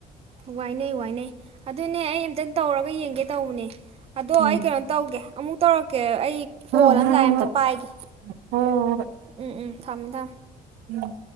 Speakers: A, on the right (about 35°); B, on the right (about 85°).
A: ꯋꯥꯏꯅꯩ ꯋꯥꯏꯅꯩ ꯑꯗꯨꯅꯦ ꯑꯩ ꯑꯝꯇꯪ ꯇꯧꯔꯒ ꯌꯦꯡꯒꯦ ꯇꯧꯕꯅꯦ ꯑꯗꯣ
B: ꯎꯝ
A: ꯑꯩ ꯀꯩꯅꯣ ꯇꯧꯒꯦ ꯑꯃꯨꯛ ꯇꯧꯔꯛꯀꯦ ꯑꯩ ꯁꯤ
B: ꯍꯣꯏ
A: ꯀꯣꯜ
B: ꯍꯣꯏ ꯍꯣꯏ
A: ꯑꯃ ꯂꯥꯛꯑ ꯑꯃꯝꯇ ꯄꯥꯏꯒꯦ
B: ꯍꯣꯏ ꯍꯣꯏ ꯍꯣꯏ
A: ꯎꯝ ꯎꯝ ꯊꯝꯗ
B: ꯎꯝ